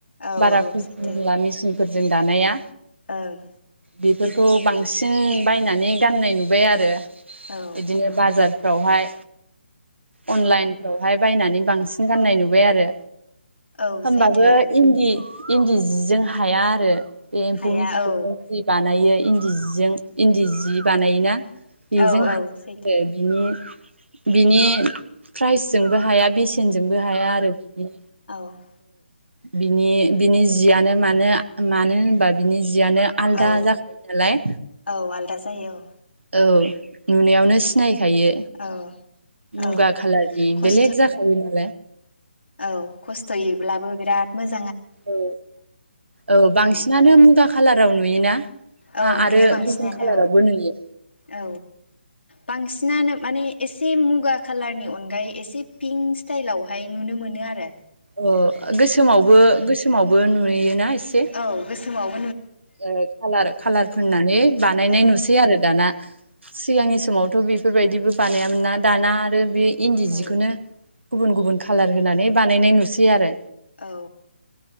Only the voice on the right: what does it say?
बारा
खुुब
लाला मिस <unintelligible> फोरजों दानाया
बेफोरखौ बांसिन बायनानै गाननाय नुबाय आरो
बिदिनो बाजार फोरावहाय अनलाइन बेवहाय बायनानै बांसिन गाननाय नुबाय आरो
होमबाबो
इन्दि इन्दि जिजों हाया आरो बे एम्फौनि
फिथोबजों
जि बानायो इन्दि जिजों इन्दि जि बानायोना बेजों
हाया
आरो बिनि बिनि फ्राइसजोंबो हाया बेसे नजोंबो हाया आरो बिनि
बिनि बिनि जियानो मानो मानो होनबा बिनि जि यानो आलदा
जाखायो नालाय
औ नुनायावनो सिनाय खायो
मुगा
खालारनि
बेलेग जाखायो <unintelligible>
औ औ बांसिनानो मुगा खालाराव नुयोना
ना आरो
गुबुन खालारावबो नुयो
अ गोसोमावबो गोसोमाव बो नुयोना एसे
ओ खालार खालार फोननानै बानायनाय
नुसै आरो दाना सिगां नि समावथ' बेफोरबायदिबो बानायामोन ना दाना आरो बे इन्दि जिखौनो
गुबुन गुबुन खालार होनानै बानायनाय नुसै आरो